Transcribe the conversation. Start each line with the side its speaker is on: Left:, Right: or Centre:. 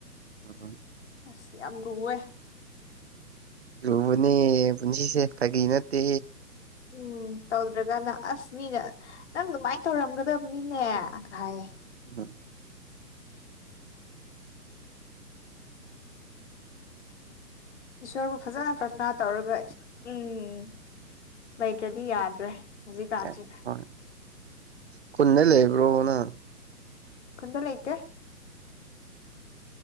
Right: ꯎꯝ
Left: ꯑꯁ ꯌꯥꯝ ꯂꯨꯋꯦ
Right: ꯂꯨꯕꯅꯦ ꯄꯨꯟꯁꯤꯁꯦ ꯐꯥꯒꯤ ꯅꯠꯇꯦ
Left: ꯎꯝ ꯇꯧꯗ꯭ꯔꯒꯅ ꯑꯁ ꯃꯤꯅ ꯅꯪ ꯑꯗꯨꯃꯥꯏꯅ ꯇꯧꯔꯝꯒꯗꯕꯅꯤꯅꯦ ꯀꯥ ꯍꯥꯏꯌꯦ
Right: ꯎꯝ
Left: ꯏꯁꯣꯔꯕꯨ ꯐꯖꯅ ꯄ꯭ꯔꯊꯅꯥ ꯇꯧꯔꯒ ꯎꯝ ꯂꯩꯇ꯭ꯔꯗꯤ ꯌꯥꯗ꯭ꯔꯦ ꯍꯧꯖꯤꯛꯀꯥꯟꯁꯦ
Right: ꯑꯦ ꯍꯣꯏ ꯈꯨꯟꯗ ꯂꯩꯕ꯭ꯔꯣ ꯅꯪ
Left: ꯈꯨꯟꯗ ꯂꯩꯇꯦ